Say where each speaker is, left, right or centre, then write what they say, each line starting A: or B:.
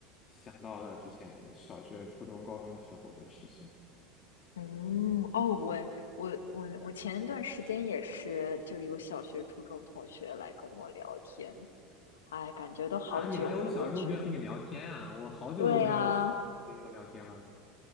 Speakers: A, on the left; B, on the left.
A: 想到了之前小学、初中、高中的时候的事情。
B: 嗯，哦，我我我我前一段时间也是，就有小学、初中同学来跟我聊天，哎，感觉都好久了，
A: 啊，你还有小学同学和你聊天啊？
B: 过去。
A: 我好久都没有小学同学跟我聊天了。
B: 对呀，